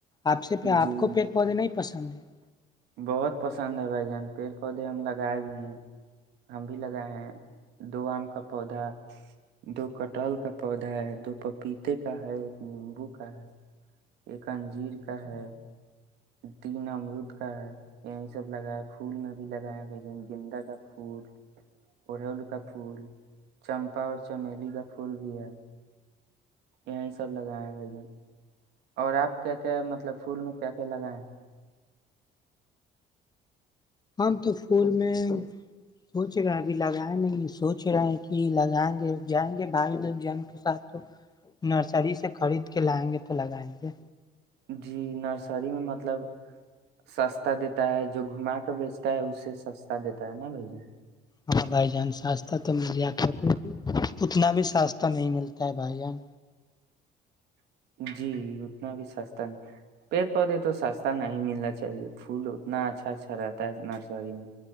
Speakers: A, on the left; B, on the right.
A: آپ سے
B: جی
A: آپ کو پیڑ پودے نہیں پسند چے <inaudible>
B: بہت پسند ہے بھائی جان پیڑ پودے ہم لگائے بھی ہیں ہم بھی لگائے ہیں دو آم کا پودا دو ک ٹال کا پودا ہے دو پک پیتے کا ہے ایک نیمبو کا ہے ایک انجیر کا ہے تین امرد کا ہے یہی سب لگایا پھول میں بھی لگایا ہے یہ گینندا کا پھول اڑیول کا پھول چمپا اور چمیلی کا پھول بھی ہے یہی سب لگایا ہے یہ اور آپ کیا کیا مطلب فھول میں کیا کیا لگا ہے
A: ہم تو پھول میں سوچ رہے ابھی لگائے نہیں سوچ رہے ہیں کہ لگائیں گے جائیں گے بھائی لگ جن کے ساتھ تو نرسری سے خرید کے لائیں گے تو لگائیں گے
B: جی نرسری میں مت مطلب سستا دیتا ہے جو گھما کے بیچتا ہے اسے سستا دیتا ہے نا بھائی ج
A: ہاں بھائی جان سسہ تو مل جاتا اتنا بھی سسہ نہیں ملتا ہے بھائی جان
B: جی اتنا بھی سستا نہیں پیڑ پودے تو سستا نہیں ملنا چاہیے پھول اتنا اچھا اچھا رہتا ہے نرسری میں